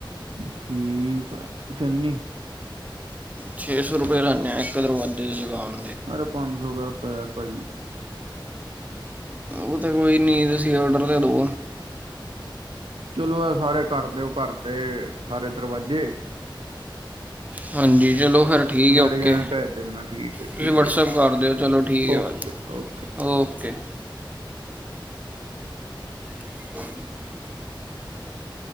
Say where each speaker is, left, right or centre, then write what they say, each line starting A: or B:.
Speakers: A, on the right; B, on the right.
A: ਠੀਕ ਆ ਚੰਨੀ।
B: ਛੇ ਸੌ ਰੁਪਏ ਲਾਨੇ ਆਂ ਏਕ ਦਰਵਾਜ਼ੇ ਦੀ ਦੁਕਾਨ
A: ਅਰੇ ਪੰਜ ਸੌ ਕਰ ਤੋ ਯਾਰ ਭਾਜੀ।
B: ਓ ਤੇ ਕੋਈ ਨੀ ਤੁਸੀ ਆਡਰ ਤੇ ਦੌ।
A: ਚਲੋ ਐ ਸਾਰੇ ਕਰ ਦਿਓ ਘਰ ਦੇ ਸਾਰੇ ਦਰਵਾਜੇ।
B: ਹਾਂਜੀ ਚਲੋ ਫੇਰ ਠੀਕ ਐ ਓਕੇ
A: ਡਿਜ਼ਾਇਨ ਭੇਜ ਦਿੰਦਾ ਠੀਕ ਹੈ
B: ਤੁਸੀ
A: ਠੀਕ
B: ਵਟਸਐਪ ਕਰ ਦਿਓ ਚਲੋ ਠੀਕ
A: ਓਕੇ
B: ਐ।
A: ਓਕੇ
B: ਓਕੇ। <inaudible>